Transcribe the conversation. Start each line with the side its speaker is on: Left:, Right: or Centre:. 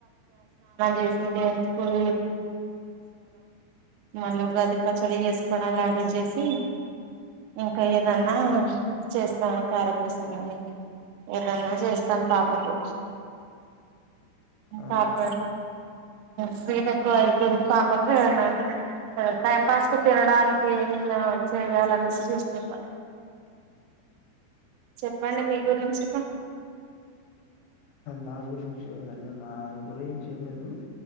Right: చేసి దేవునికి పూజ మళ్ళ ఉగాది పచ్చడ చేసుకోవడం లాంటివి చేసి ఇంకా ఎ దన్నా చేస్తాను కారపూస మరే ఏదన్నా చేస్తాను పాపకు
Left: ఆ
Right: పాప స్వీట్ ఎక్కువ అయిపోంది పాకంలో మ్ టైం పాస్ కు తినడానికి ఏమన్న చేయ్యలనేసి చేస్తున్నా చెప్పండి మీ గురించి
Left: మా గురించి ఎముందండి మా గురించి ఏం లేదు